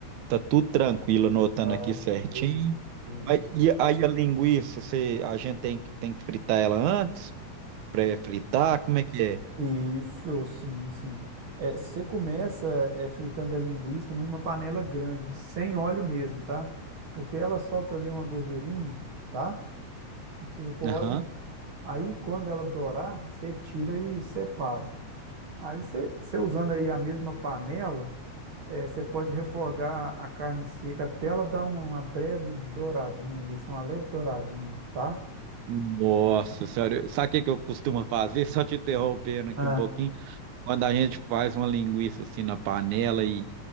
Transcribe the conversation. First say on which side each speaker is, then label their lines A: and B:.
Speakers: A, on the right; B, on the right.
A: tá tudo tranquilo, anotando
B: Ah,
A: aqui certinho.
B: beleza. Isso.
A: Mas e aí a linguiça, você, a gente tem, que- tem que fritar ela antes? Pré-fritar? Como é que é?
B: Isso, sim, sim. É, você começa é, fritando a linguiça numa panela grande, sem óleo mesmo, tá? Porque ela solta ali uma gordurinha, tá? Não precisa pôr
A: Aham.
B: óleo Aí, quando ela dourar, você tira e separa. Aí, você você usando aí a mesma panela, eh, você pode refogar a carne seca até ela dar uma breve douradinha ali, assim, uma leve douradinha, tá?
A: Nossa senhora, sabe o que que eu costumo fazer? <laughs> Só te interrompendo aqui
B: Ah,
A: um pouquinho. Quando a gente faz uma linguiça assim na panela e